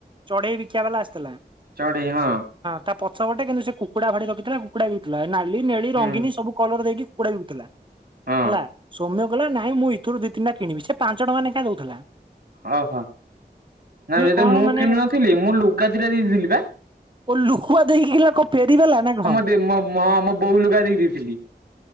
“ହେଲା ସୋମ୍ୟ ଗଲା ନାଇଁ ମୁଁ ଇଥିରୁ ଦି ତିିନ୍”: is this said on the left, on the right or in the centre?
Right